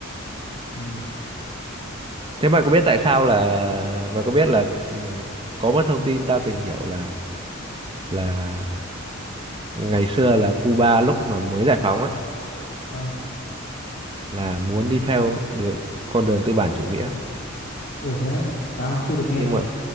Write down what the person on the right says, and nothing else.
Thế mày có biết tại sao là mày có biết là ừ, có một thông tin tao tìm hiểu là là ngày xưa là Cuba lúc mà mới giải phóng ấy
là muốn đi theo được con đường tư bản chủ nghĩa
nhưng mà